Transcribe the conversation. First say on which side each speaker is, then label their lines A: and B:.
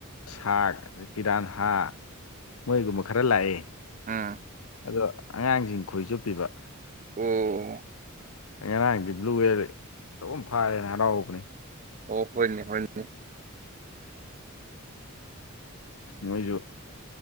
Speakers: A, on the left; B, on the right.
A: ꯁꯥꯛ ꯑꯗꯩ ꯄꯤꯔꯥꯟꯍꯥ ꯃꯣꯏꯒꯨꯝꯕ ꯈꯔ ꯂꯥꯛꯑꯦ
B: ꯎꯝ
A: ꯑꯗꯣ ꯑꯉꯥꯡꯁꯤꯡ ꯈꯣꯏꯁꯨ ꯄꯤꯕ
B: ꯑꯣ
A: ꯑꯩ ꯉꯔꯥꯡꯗꯤ ꯕ꯭ꯂꯨꯋꯦꯔ ꯆꯨꯝ ꯐꯥꯔꯦꯅ ꯍꯔꯥꯎꯕꯅꯦ
B: ꯑꯣ ꯍꯣꯏꯅꯦ ꯍꯅꯦ
A: ꯃꯣꯏꯁꯨ